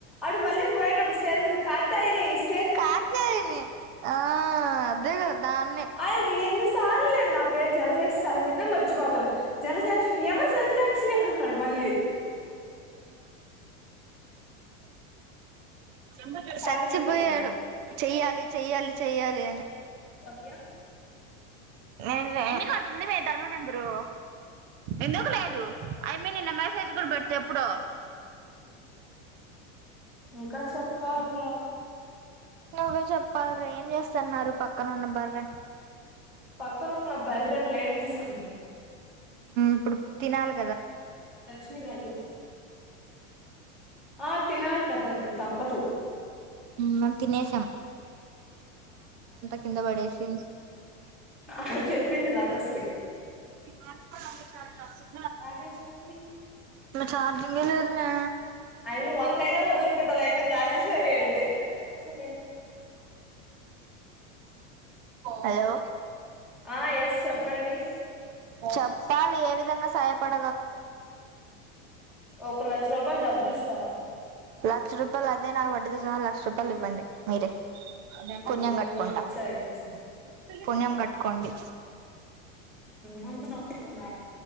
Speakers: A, in the centre; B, on the right.
A: అడు మల్లిపోయటప్పుడుషల్ కాతాయినే ఇష్ట
B: కాత్యాయని ఆ అదే కద ధాన్
A: ఆ ఎన్ని సార్ లే పేరు జలజాక్షి సార్ అని చెప్పిన మర్చిపోతాడు జలజాక్షి అంటే ఎవరు జలజాక్షి అంటున్నాడు మళ్ళీ
B: బ
A: చాందినితో
B: చచ్చిపోయాడు
A: మాట్లాడు
B: చెయ్యాలి చెయ్యాలి చెయ్యాలి అని
A: క్యా
B: న ఎన్ని కాడు ఉంది వదాను నెంబరు ఎందుకు లేదు ఆ ఎమ్మీ నిన్న మెసేజ్ కూడా పెడితే ఎప్పుడో
A: ఇంకా చెప్ప పాల్ర
B: నువ్వే చెప్పాలరా ఏం చేస్తన్నారు పక్కన ఉన్న బర్రే
A: పక్కన ఉన్న బర్ర ప్లేట్ తీసుకుంటాంది
B: ఇప్పుడు తినాలే
A: పచ్చి ర అది ఆ తినాలి కదా ఇప్పుడు తప్పదు
B: మరి తినేసి కింద పడేసి
A: హమ్ చెప్పింది లతశ్రీ
B: హాట్స్పాట్ ఆన్ చాయ్ చల్ న
A: రాజేశ్వరీ
B: ఛార్జింగే లేదు మే
A: అయి వందైనా వదులు కంట్ మీరు రాజేశ్వరి అంటే
B: హలో
A: ఆ ఎస్ చెప్పండి
B: చెప్పాలి ఏ విధంగా సాయపడి
A: ఒక లక్ష రూపాయలు డబ్బులు ఇస్తారా
B: లక్ష రూపాయా అదే నాకు వడీతో సహా రూపాయలు ఇవ్వండి మీరే
A: మ్మ్
B: పుణ్యం కట్టుకుంటా
A: ఇచ్చా ఇచ్చా
B: పుణ్యం కట్ కట్టుకోండి
A: హమ్